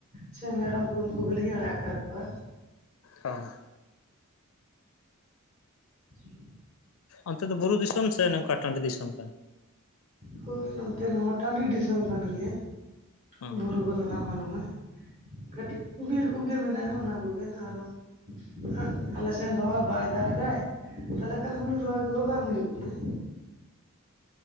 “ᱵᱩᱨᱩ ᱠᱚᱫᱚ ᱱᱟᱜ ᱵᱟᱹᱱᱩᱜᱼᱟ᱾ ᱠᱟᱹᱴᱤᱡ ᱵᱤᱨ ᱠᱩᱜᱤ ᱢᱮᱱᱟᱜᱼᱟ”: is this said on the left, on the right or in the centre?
Right